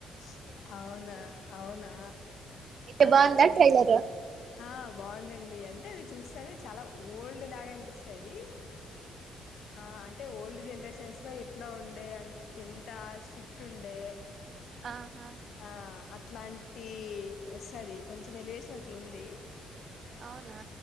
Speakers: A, on the left (about 65°); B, on the right (about 50°).
A: స్స్ అవునా అవునా
B: అయితే
A: ఆ
B: బాగుందా
A: విజి
B: ట్రైలరు
A: ఆ బాగుందండి అంటే అది చూస్తేనే చాలా ఓల్డ్ లాగా అనిపిస్తుది ఆ అంటే ఓల్డ్ జనరేషన్స్ లో ఎట్లా ఉండే అంటే ఎంత స్ట్రిక్ట్ ఉండే
B: ఆహా
A: ఆ అట్లాం టి వస్తుది కొంచెం వెలివేసినట్లుంది
B: అవునా